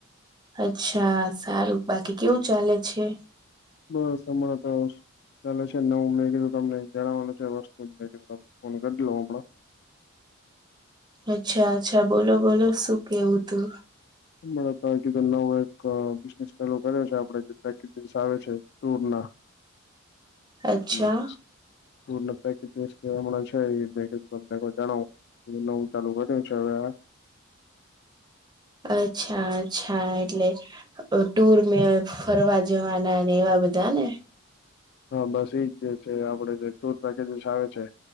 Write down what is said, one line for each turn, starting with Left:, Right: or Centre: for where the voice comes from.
Right: અચ્છા, સારું, બાકી કેવું ચાલે છે?
Left: બસ, હમણાં તો- -ચાલે છે નવું, મેં કીધું તમને જણાવવાનું છે. વસ્તુ જ, મેં કીધુ, તમને ફોન કરી લઉ હમણાં.
Right: અચ્છા, અચ્છા, બોલો બોલો, શું કેવું તું?
Left: બ <inaudible> <unintelligible> નવો એક બિઝનેસ ચાલુ કર્યો છે, આપડે જે પેકેજીસ આવે છે ટુર ના- <unintelligible>
Right: અચ્છા
Left: ટૂર પેકેજીસ હમણાં છે. એ મેં કીધુ જણાવું, નવું ચાલુ કર્યું છે હવે-
Right: અચ્છા, અચ્છા, એટલે- - ટુરને, ફરવા જવાના, ને એવા બધા ને?
Left: હા, બસ એજ, જે છે આપડે જે ટુર પેકેજીસ આવે છે.